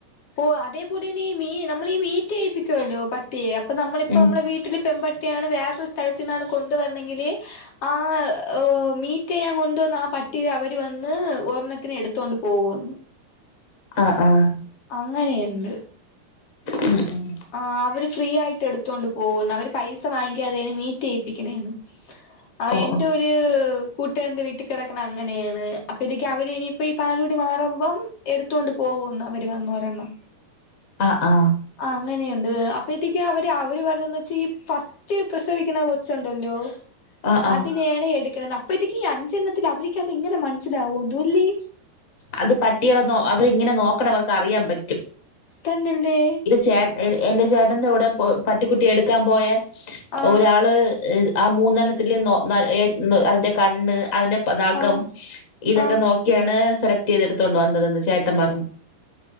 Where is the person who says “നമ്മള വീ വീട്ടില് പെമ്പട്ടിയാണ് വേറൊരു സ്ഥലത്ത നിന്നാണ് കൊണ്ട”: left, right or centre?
Left